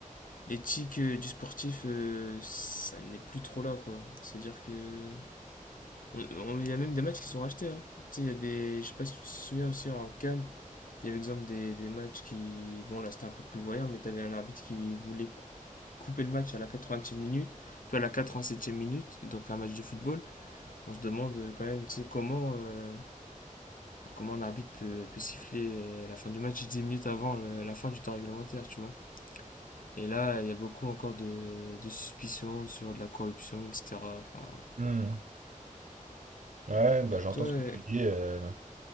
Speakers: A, on the left; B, on the right.
A: l'éthique euh, du sportif, euh, ça n'est plus trop là, quoi. C'est-à-dire que. on- on- Il y a même des matchs qui sont rachetés, hein. Tu sais, il y a des. Je sais pas si tu te souviens aussi en Cannes, il y avait exemple des, des matchs qui. Bon, là c'était un peu plus voyant, mais t'avais un arbitre qui voulait cou- couper le match à la 80e minute, puis à la 87e minute, donc un match de football. On se demande euh, quand même, tu sais, comment. euh, Comment un arbitre peut, peut siffler euh, la fin du match 10 minutes avant le- la fin du temps réglementaire, tu vois. Et là, il y a beaucoup encore de, de suspicions sur de la corruption, etc. Enfin,
B: Hmm. Ouais, bah, j'entends
A: toi,
B: ce que tu dis. euh.